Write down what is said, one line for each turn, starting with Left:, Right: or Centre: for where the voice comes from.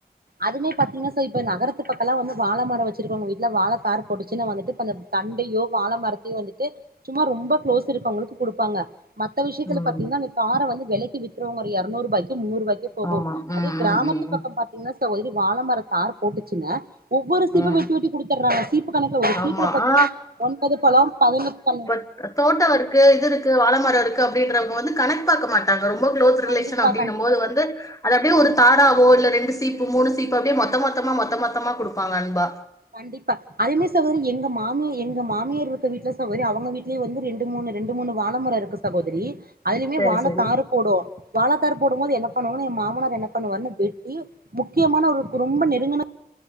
Right: அதுமே பாத்தீங்னா சோ இப்ப நகரத்து பக்கலா வந்து வாழமர வச்சிருக்கவ்ங்க வீட்ல வாழத்தாரு போட்டுச்சுனா வந்துட்டு இப்பந்த தண்டையோ வாழ மரத்தையோ வந்துட்டு சும்மா ரொம்ப க்ளோஸ் இருக்கவ்ங்களுக்கு குடுப்பாங்க மத்த விஷ்யத்துல
Left: ம்
Right: பாத்தீங்னா இந்த தார வந்து வெலக்கி வி்க்றவ்ங்க ஒரு எரநூறுபாய்க்கு முன்னூறுபாய்க்கு போகு
Left: ஆமா. ம்,
Right: அதே கிராம
Left: ம், ம்,
Right: த்துப்
Left: ம்.
Right: பக்க பாத் அ வயது வாழ மர தாரு போட்டுச்சுன்னா ஒவ்வொரு சீப்ப
Left: ம்.
Right: வெட்டி வெட்டி குடுத்துட்றாங்க சீப்பு கணக்குல ஒரு
Left: ஆமா.
Right: சீப்புல பாத்தீங்ன்னா
Left: ஆ
Right: ஒன்பது பழம் பதினட் பழம்
Left: அ தோட்டோ இருக்கு இது இருக்கு வாழமர இருக்கு அப்டின்றவ்ங்க வந்து கணக்கு பாக்க மாட்டாங்க ரொம்ப க்ளோஸ் ரிலேஷன்
Right: கண்டிப்பா
Left: அப்டினம்
Right: கண்டிப்பா
Left: போது
Right: சகோ
Left: வந்து அது அப்டியே ஒரு தாராவோ இல்ல ரெண்டு சி சீப்பு மூணு சீப்பு அப்டியே மொத்த மொத்தமா மொத்த மொத்தமா குடுப்பாங்க அன்பா
Right: கண்டிப்பா அதே மாரி சகோதரி எங்க மாமியா எங்க மாமியாருக்க வீட்ல சகோதரி அவ்ங்க வீடலேயு வந்து ரெண்டு மூணு ரெண்டு மூணு வாழமர இருக்கு சகோதரி அதுலைமே
Left: சரி,
Right: வாழ
Left: சரி.
Right: தாரு போடு வாழ தாரு போடும் போது என்ன பண்ணுவோனுனு எ மாமனார் என்ன பண்ணுவார்ன்னு வெட்டி முக்கியமான ஒரு கு ரொம்ப நெருங்குன